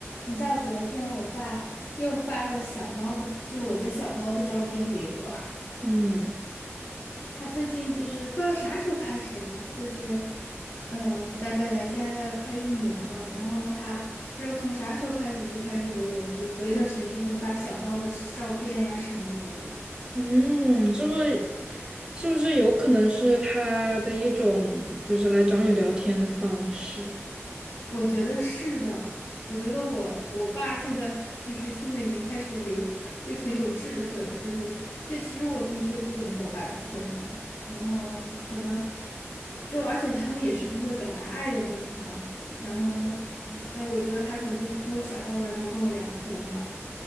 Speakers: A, on the left (about 60°); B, on the right (about 20°).
A: 你知道昨天我爸又发了小猫的，就是我家小猫的照片给我。<laughs>
B: 嗯
A: 他最近就是不知道啥时候开始啊，就是，呃，我大概来加拿大快一年了，然后他不知道从啥时候开始就开始给我，就是隔一段时间就会发小猫的照片呀什么的给我。
B: 嗯，是不是是不是有可能是他的一种就是来找你聊天的方式？
A: 我觉得是的，我觉得我我爸现在很就是现在已经开始有就很有智慧了，就是因为其实我平时也不怎么跟我爸聊天的，然后可能就而且他们也是不会表达爱的那种哈，然后嗯但我觉得他可能就是通过小猫然后跟我聊天吧。